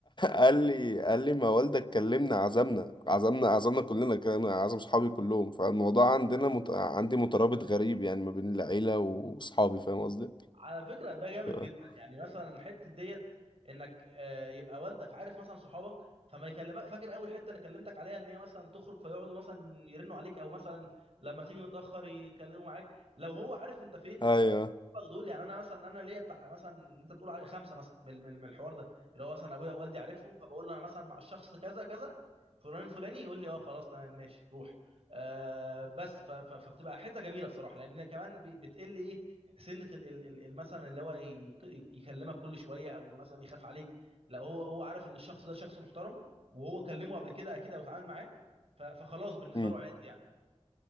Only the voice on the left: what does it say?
قال لي قال لي ما والدك كلمنا عزمنا عزمنا عزمنا كلنا كان عزم صحابي كلهم فالموضوع عندنا مت... عندي مترابط غريب يعني ما بين العيلة واصحابي
فاهم قصدي
ف-
ايوه
امم